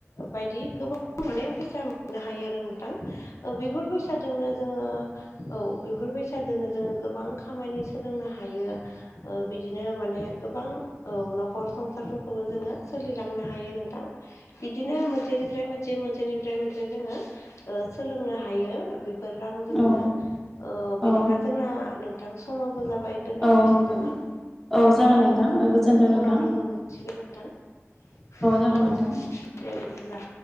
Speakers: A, on the left (about 85°); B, in the centre.
A: बायदि गोबां माने फैसा मोननो हायो आरो नोंथां। बेफोर फै सादोंनो जोङो औ बेफोर बैसादोनो जोङो गोबां खामानि सोलोंनो हायो। ओ बिदिनो माने गोबां औ न'खर संसारफोरखौबो जोङो सोलिलांनो हायो नोंथां। बिदिनो मोनसेनिफ्राय मोनसे मोनसेनिफ्राय मोनसे जोङो ओ सोलोंनो हायो। फोर रां जोंनो
B: औ
A: बिदिब्ला
B: औ
A: जोंना नोंथां समावबो जाबाय दोन्थ'नोसै
B: औ नंगौ
A: नामा?
B: जागोन
A: औ
B: नोंथां ओ गोजोन्थों नोंथां
A: उनाव लोगो मोनसिगोन नोंथां
B: जागोन
A: औ।
B: नोंथां
A: दे बिदिब्ला।